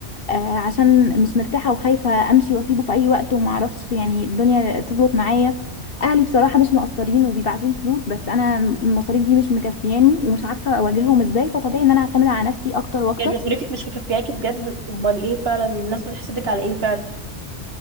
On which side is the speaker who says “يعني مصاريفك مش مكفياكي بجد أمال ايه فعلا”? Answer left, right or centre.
Right